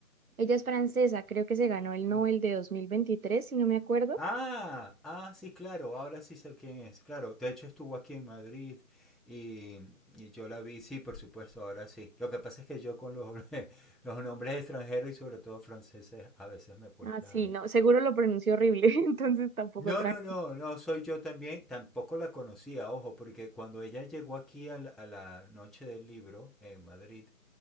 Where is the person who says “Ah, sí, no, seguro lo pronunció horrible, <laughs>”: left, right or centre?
Right